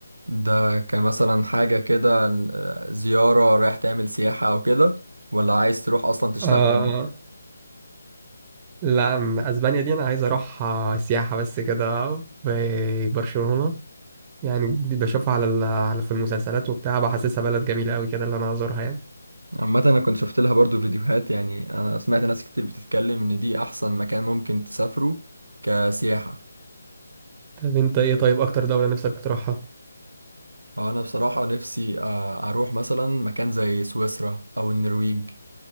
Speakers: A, on the right; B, on the right.
A: ده كمثلا حاجة كده آه، زيارة رايح تعمل سياحة او كده ولا عايز تروح اصلا تشتغل
B: آه لا أم- اسبانيا دي انا عايز اروحها سياحه بس كده في برشلونه يعني دي بشوفها على ال- على في المسلسلات وبتاع بحسسها بلد جميله قوي كده اللي انا ازورها يعني
A: عامة انا كنت شفت لها برضو فيديوهات يعني انا سمعت ناس كتير بتتكلم ان دي احسن مكان ممكن تسافره كسياحة
B: طب انت ايه طيب اكتر دوله نفسك تروحها
A: آه، انا بصراحة نفسي آه، اروح مثلا مكان زي سويسرا او النرويج